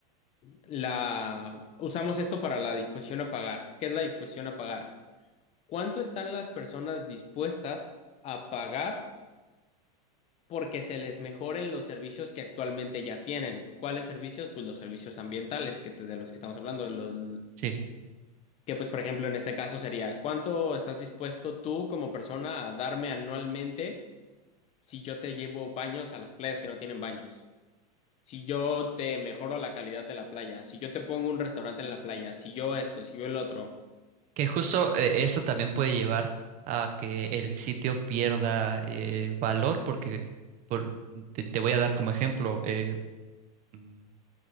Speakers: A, on the left; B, on the right.
A: la, usamos esto para la disposición a pagar. ¿Qué es la disposición a pagar? ¿Cuánto están las personas dispuestas a pagar porque se les mejoren los servicios que actualmente ya tienen? ¿Cuáles servicios? Pues los servicios ambientales que te- de los que estamos hablando, los,
B: sí.
A: que pues por ejemplo en este caso sería, ¿cuánto estás dispuesto tú como persona a darme anualmente si yo te llevo baños a las playas que no tienen baños? Si yo te mejoro la calidad de la playa, si yo te pongo un restaurante en la playa, si yo esto, si yo el otro.
B: Que justo eh, eso también puede llevar a que el sitio pierda eh, valor, porque por- te, te voy a dar como ejemplo, eh, mm,